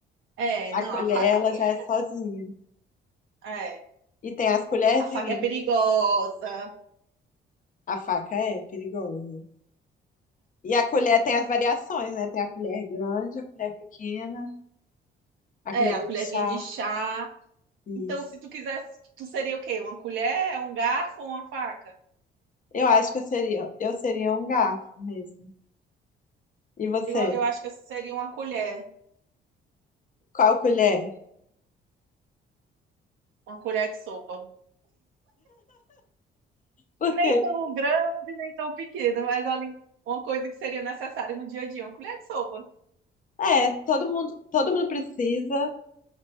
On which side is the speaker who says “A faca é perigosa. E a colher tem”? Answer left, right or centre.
Left